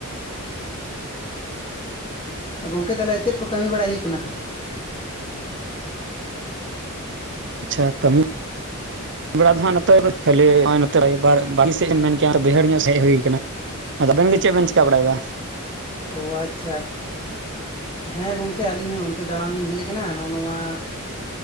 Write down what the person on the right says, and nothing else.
ᱟᱪᱪᱷᱟ ᱠᱟᱹᱢᱤ ᱵᱟᱲᱟ ᱫᱚ ᱦᱟᱸᱜ ᱱᱚᱛᱚᱜ ᱫᱚ ᱠᱷᱟᱹᱞᱤ ᱦᱚᱸᱜ-ᱚᱭ ᱱᱚᱛᱮ <unintelligible> ᱥᱮᱫ ᱮᱢ ᱢᱮᱱ ᱠᱮᱭᱟ ᱱᱚᱛᱮ ᱵᱟᱹᱭᱦᱟᱹᱲ ᱧᱚᱜ ᱥᱮᱫ ᱦᱩᱭ ᱠᱟᱱᱟ᱾ ᱟᱫᱚ ᱟᱵᱮᱱ ᱜᱮ ᱪᱮᱜ ᱵᱮᱱ ᱪᱤᱠᱟ ᱵᱟᱲᱟᱭᱮᱫᱟ?